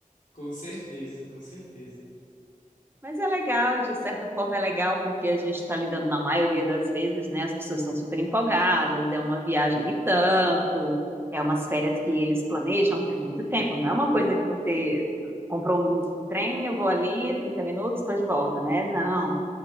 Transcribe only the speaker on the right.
Mas é legal, de certa forma é legal, porque a gente está lidando, na maioria das vezes, né? As pessoas estão super empolgadas, é uma viagem e tanto, é umas férias que eles planejam por muito tempo, não é uma coisa que você comprou um bilhete de trem, eu vou ali, 30 minutos, estou de volta, né? Não,